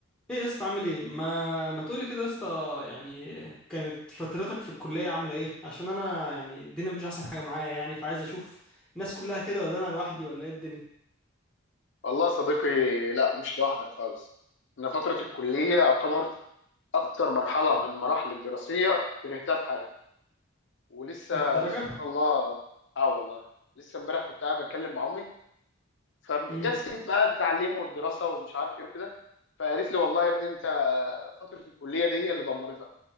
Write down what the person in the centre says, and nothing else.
ايه يا اسطى عامل ايه ما ما تقولي كده يا اسطى يعني كانت فترتك في الكلية عاملة ايه عشان انا يعني الدنيا مش احسن حاجة معايا يعني فعايز اشوف الناس كلها كده ولا انا لوحدي ولا ايه الدنيا
للدرجة
امم